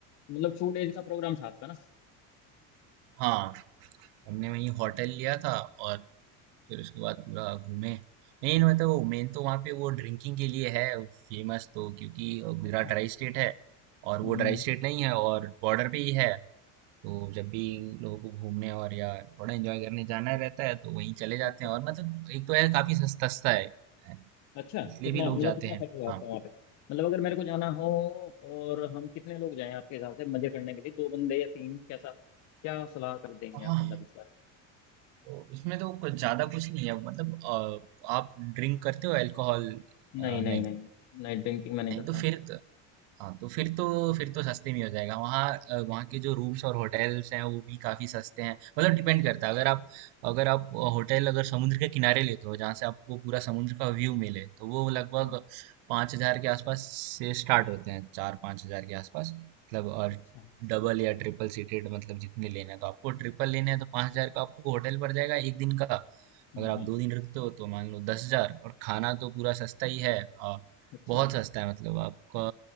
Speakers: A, on the left; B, on the right.
A: मतलब टू डेज का प्रोग्राम था आपका ना
B: हाँ हमने वहीं होटल लिया था और फिर उसके बाद पूरा घूमे मेन मतलब वो मेन तो वहाँ पे वो ड्रिंकिंग के लिए है फेमस तो क्योंकि गुजरात
A: अच्छा
B: ड्राई स्टेट है और
A: हम्म
B: वो ड्राई स्टेट नहीं है और बॉर्डर पे ही है तो जब भी लोगों को घूमने और या थोड़ा एंजॉय करने जाना रहता है तो वहीं चले जाते
A: अच्छा
B: हैं
A: अच्छा
B: और
A: अच्छा
B: मतलब एक तो है काफी सस्ता सस्ता है है, तो
A: अच्छा,
B: इसलिए
A: कितना
B: भी लोग
A: मतलब
B: जाते
A: कितना
B: हैं
A: खर्च हुआ
B: हाँ
A: आपका वहाँ पे मतलब अगर मेरे को जाना हो और हम कितने लोग जाएं आपके हिसाब से मजे करने के लिए दो बंदे या तीन कैसा क्या सलाह कर देंगे आप
B: हाँ
A: मतलब इस बारे में?
B: तो इसमें तो कुछ ज्यादा कुछ नहीं है मतलब अ, आप ड्रिंक करते हो अल्कोहल
A: नहीं
B: नहीं
A: नहीं नहीं नाइट ड्रिंकिंग मैं नहीं
B: नहीं
A: करता
B: तो
A: हूँ
B: फिर हाँ तो फिर तो फिर तो सस्ते में हो जाएगा वहाँ अ, वहाँ के जो रूम्स और होटल्स हैं वो भी काफी सस्ते हैं मतलब डिपेंड करता है अगर आप अगर आप होटल अगर समुद्र के किनारे लेते हो जहाँ से आपको पूरा समुद्र का व्यू मिले तो वो लगभग
A: हाँ
B: पाँच हजार के आसपास से स्टार्ट होते हैं चार पाँच हजार के आसपास मतलब और
A: अच्छा
B: डबल या ट्रिपल सीटेड मतलब जितने लेना है तो आपको ट्रिपल लेना है तो पाँच हजार का आपको होटल पड़ जाएगा एक दिन का
A: हम्म
B: अगर आप
A: हम्म।
B: दो दिन रुकते हो तो मान लो दस हजार और खाना तो पूरा सस्ता ही है अ,
A: अच्छा
B: बहुत सस्ता है मतलब आपका